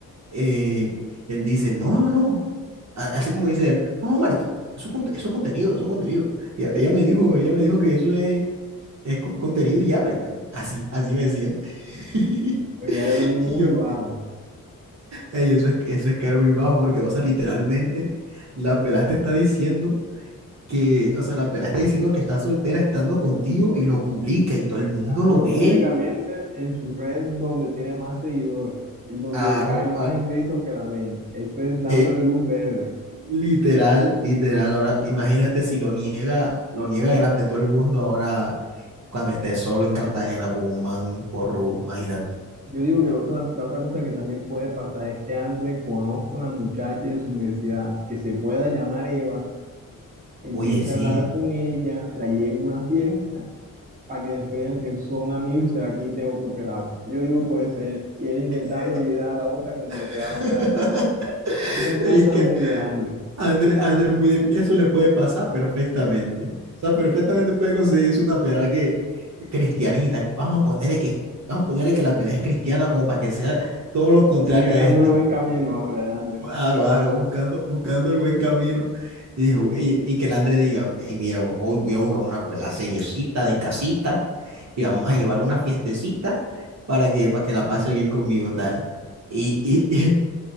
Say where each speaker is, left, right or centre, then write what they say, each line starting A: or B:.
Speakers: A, on the right; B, on the right.
A: eh, él dice, no, no, no, a- así como dice él, no, no, marica, eso es, conte- eso es contenido, eso es contenido. Y Ella, ella me dijo, ella me dijo que eso es, es co- contenido y ya, marica, así, así me decía. <laughs>
B: Soy muy
A: Y yo,
B: bajo.
A: "Ey, eso es, eso es caro muy bajo porque, o sea, literalmente la pelada te está diciendo que, o sea, la pelada está diciendo que está soltera estando contigo y lo publica y todo el
B: negándolo
A: mundo lo ve.
B: públicamente en su red donde tiene más seguidores y donde
A: Claro,
B: le caen más hembritos que la ven. Eso es dándole
A: Eh,
B: luz verde.
A: literal, literal. Ahora, imagínate si lo niega, lo niega delante de todo el mundo ahora cuando esté solo en Cartagena con un man porrudo,
B: No,
A: imagínate.
B: Yo digo que la otra, la otra cosa que también puede pasar es que André conozca una muchacha de su universidad que se pueda llamar Eva, empiece
A: Oye, sí.
B: a hablar con ella, la lleve a una fiesta para que después digan que son amigos y se la quite otro pelado. Yo digo puede ser eso. Y él intentando
A: Eh,
B: olvidar a la otra con que le pegaron
A: <laughs>
B: cacho. Pues Son
A: Y
B: cosas
A: es que
B: muy de André.
A: André, André es muy de... y eso le puede pasar perfectamente. O sea, perfectamente puede conseguirse una pelea que cristianita. Vamos a ponerle que, vamos a ponerle que la pelea es cristiana como para que sea todo lo contrario
B: Buscándolo
A: a esta.
B: buen camino ahora, de André.
A: Aro, aro, buscando, buscando el buen camino. Y, dijo, y, y que el André diga, "Ey, mira, hoy voy a buscar una, pe- la seriecita de casita y vamos a llevar una fiestecita para que, para que la pase bien conmigo, tal. Y, y,